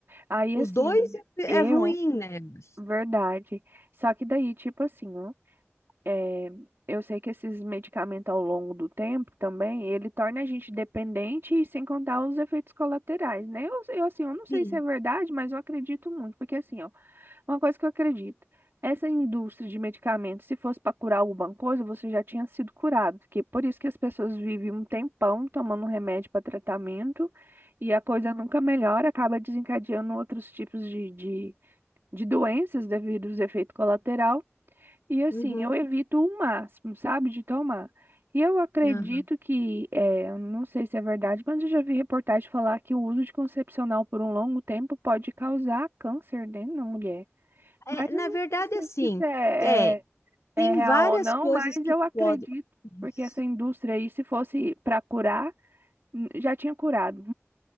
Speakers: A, on the right (about 55°); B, on the left (about 70°).
A: Aí
B: Os
A: assim,
B: dois
A: amiga,
B: é,
A: eu,
B: é ruim, né? Mas,
A: verdade. Só que daí, tipo assim, ó. É, eu sei que esses medicamentos ao longo do tempo também, ele torna a gente dependente e sem contar os efeitos colaterais, né? Eu, eu, assim, eu não sei
B: Sim.
A: se é verdade, mas eu acredito muito, porque assim, ó, uma coisa que eu acredito, essa indústria de medicamentos, se fosse para curar alguma coisa, você já tinha sido curado, que por isso que as pessoas vivem um tempão tomando remédio para tratamento e a coisa nunca melhora, acaba desencadeando outros tipos de, de, de doenças devido aos efeitos colaterais. E assim,
B: Uhum.
A: eu evito o máximo, sabe, de tomar. E eu acredito
B: Ah.
A: que, é, eu não sei se é verdade, mas eu já vi reportagem falar que o uso de concepcional por um longo tempo pode causar câncer dentro da mulher.
B: É,
A: Mas eu
B: na
A: não
B: verdade,
A: sei se
B: assim,
A: isso é,
B: é,
A: é,
B: tem
A: é real
B: várias
A: ou não,
B: coisas
A: mas
B: que
A: eu acredito,
B: podem.
A: porque
B: Isso.
A: essa indústria aí, se fosse para curar, n- já tinha curado